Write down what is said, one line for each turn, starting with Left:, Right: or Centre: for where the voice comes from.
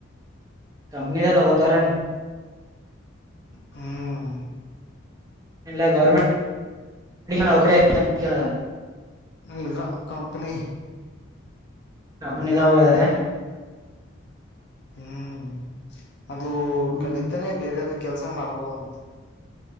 Right: ಕಂಪನಿ ಅದ ತಗೋತರ ಏನ.
Left: ಹ್ಮ್
Right: ಎಲ್ಲ ಗೌರ್ಮೆಂಟ್ ನೌಕರಿ ಐತ ಅಂತ ಕೇಳದ
Left: ಇಲ್ಲ ಕಂಪನಿ
Right: ಅನ ತ ಹ ದಾರೆ <inaudible>
Left: ಹ್ಮ್ ಅದು
Right: ಹ್ಮ್
Left: ಕಲಿತಾನೆ ಬೇರೆದ ಕೆಲ್ಸ ಮಾಡ್ಬೋದು ಅಂತ